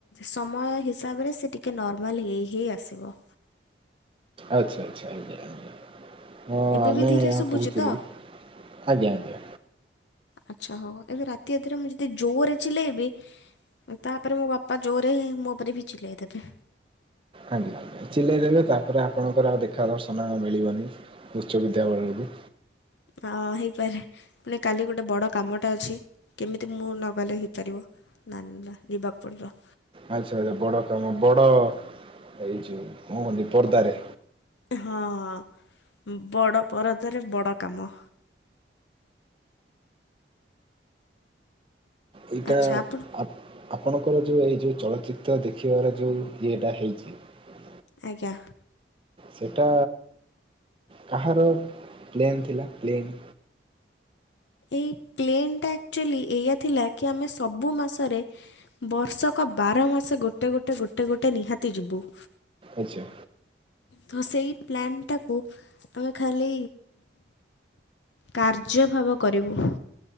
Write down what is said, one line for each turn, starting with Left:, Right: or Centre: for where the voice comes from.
Left: ସମୟ ହିସାବରେ ସେ ଟିକେ ନର୍ମାଲ ହେଇ ହେଇ ଆସିବ।
Right: ଆଛା ଆଛା ଆଜ୍ଞା ଆଜ୍ଞା। ହଁ
Left: ଏବେ
Right: ଆମେ
Left: ବି ଧୀରେ ଶୁଭୁଛି
Right: କୋହୁଥିଲୁ
Left: ତ
Right: ଆଜ୍ଞା ଆଜ୍ଞା।
Left: ଆଛା ହୋଉ ଏବେ ରାତି ଅଧରେ ମୁଁ ଯଦି ଜୋରେ ଚିଲେଇବି ତାପରେ ମୋ ବାପା ଜୋରେ ମୋ ଉପରେ ଭି ଚିଲେଇ ଦେବେ।
Right: ଆଜ୍ଞା ଚିଲେଇ ଦେବେ ତାପରେ ଆପଣଙ୍କର ଆଉ ଦେଖା ଦର୍ଶନ ମିଳିବନି। ଉଚ୍ଚ ବିଦ୍ୟାବେଳରୁ।
Left: ଆଉ ରହିପାରେ ମାନେ କାଲି ଗୋଟେ ବଡ଼ କାମଟେ ଅଛି। କେମିତି ମୁଁ ନଗଲେ ହେଇପାରିବ ନା ନା ଯିବାକୁ ପଡିବ।
Right: ଆଛା ଆଛା ବଡ଼ କାମ ବଡ଼ ଏଇ ଯୋଉ କଣ କହନ୍ତି ପର୍ଦାରେ।
Left: ଏଁ ହଁ ହଁ ବଡ଼ ପରଦାରେ ବଡ଼ କାମ।
Right: ଏଇଟା
Left: ଆଚ୍ଛା ଆପଣ
Right: ଆପ୍ ଆପଣଙ୍କର ଯୋଉ ଏଇ ଯୋଉ ଚଳଚ୍ଚିତ୍ର ଦେଖିବାର ଯୋଉ ଇଏଟା ହେଇଚି ହଁ
Left: ଆଜ୍ଞା।
Right: ସେଇଟା କାହାର ପ୍ଲେନ୍ ଥିଲା ପ୍ଲେନ୍?
Left: ଏଇ ପ୍ଲେନ ଟା ଆକ୍ଚୁଏଲି ଏଇଆ ଥିଲା କି ଆମେ ସବୁ ମାସରେ ବର୍ଷକ ଅ ବାର ମାସ ଗୋଟେ ଗୋଟେ ଗୋଟେ ଗୋଟେ ନିହାତି ଯିବୁ।
Right: ଆଛା।
Left: ତ ସେଇ ପ୍ଲାନଟାକୁ ଆମେ ଖାଲି କାର୍ଯ୍ୟ ଭାବ କରିବୁ।